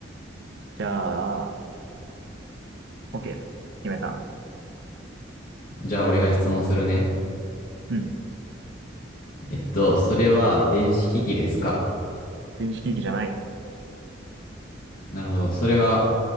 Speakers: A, on the right; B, on the left.
A: じゃあ、OK。決めた。
B: じゃあ、俺が質問するね。
A: うん。
B: えっと、それは電子機器ですか
A: 電子機器じゃない。
B: なるほど。それは、